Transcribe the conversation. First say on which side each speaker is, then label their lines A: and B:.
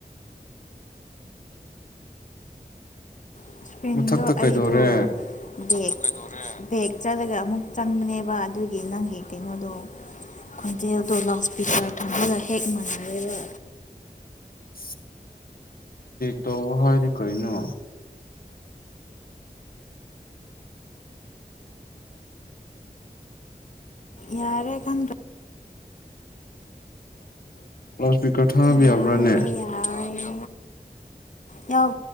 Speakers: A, on the left; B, on the left.
A: ꯏꯁꯄ꯭ꯔꯤꯟꯗꯣ
B: ꯃꯊꯛꯇ ꯀꯩꯗꯧꯔꯦ
A: ꯑꯩꯗꯣ ꯕꯦꯛ ꯕꯦꯦꯛ ꯆꯠꯂꯒ ꯑꯃꯨꯛ ꯆꯪꯕꯅꯦꯕ ꯑꯗꯨꯒꯤ ꯅꯪꯒꯤ ꯀꯩꯅꯣꯗꯣ ꯈꯣꯟꯖꯦꯜꯗꯣ ꯂꯥꯎꯠ ꯏꯁꯄꯤꯀꯔ ꯊꯝꯃꯒ ꯍꯦꯛ ꯃꯥꯟꯅꯔꯦꯕ
B: <unintelligible> ꯇꯧꯕ ꯍꯗꯤ ꯀꯅꯣ
A: ꯌꯥꯔꯦ ꯈꯪꯗ꯭ꯔꯥ
B: ꯀꯥꯁꯄꯤꯀꯔ ꯊꯥꯕ
A: ꯌꯥꯔꯦ
B: ꯌꯥꯕ꯭ꯔꯥꯅꯦ
A: ꯌꯥꯔꯦ ꯌꯥꯎ